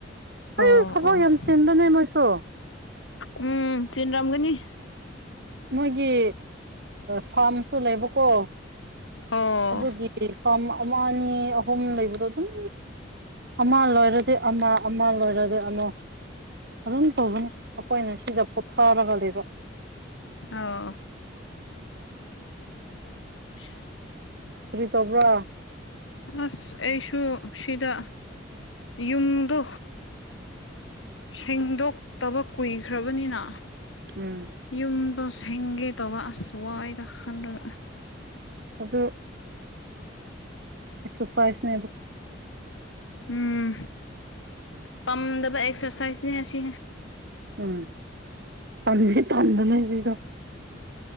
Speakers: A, on the left; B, on the right.
A: ꯑꯣ
B: ꯑꯩ ꯊꯕꯛ
A: ꯑꯣ
B: ꯌꯥꯝ ꯆꯦꯟꯕꯅꯦ ꯃꯣꯏꯁꯨ
A: ꯎꯝ ꯁꯤꯟꯔꯝꯒꯅꯤ
B: ꯃꯣꯏꯒꯤ ꯐꯥꯔꯝꯁꯨ ꯂꯩꯕꯀꯣ
A: ꯑꯣ
B: ꯑꯗꯨꯗꯤ ꯐꯥꯔꯝ ꯑꯃ ꯑꯅꯤ ꯑꯍꯨꯝ ꯂꯩꯕꯗꯣ ꯑꯗꯨꯝ ꯑꯃ ꯂꯣꯏꯔꯦ ꯁꯤ ꯑꯃ ꯑꯃ ꯂꯣꯏꯔꯗꯤ ꯑꯃꯣ ꯑꯗꯨꯝ ꯇꯧꯕꯅꯦ ꯑꯩꯈꯣꯏꯅ ꯁꯤꯗ ꯄꯣꯊꯔꯒ ꯂꯩꯕ
A: ꯑ <unintelligible>
B: ꯐꯔꯤ ꯇꯕ꯭ꯔꯥ
A: ꯑꯁ ꯑꯩꯁꯨ ꯁꯤꯗ ꯌꯨꯝꯗꯣ ꯁꯦꯡꯗꯣꯛꯇꯕ ꯀꯨꯏꯈ꯭ꯔꯕꯅꯤꯅ
B: ꯎꯝ
A: ꯌꯨꯝꯗꯣ ꯁꯦꯡꯒꯦ ꯇꯧꯕ ꯑꯁꯋꯥꯏ ꯆꯥꯟꯗ
B: ꯑꯗꯨ ꯑꯦꯛꯁꯔꯁꯥꯏꯁꯅꯦ ꯑꯗꯨ
A: ꯎꯝ ꯄꯝꯗꯕ ꯑꯦꯛꯁꯔꯁꯥꯏꯁꯅꯦ ꯑꯁꯤ
B: ꯎꯝ ꯇ ꯇꯗꯅꯦ ꯁꯤꯗ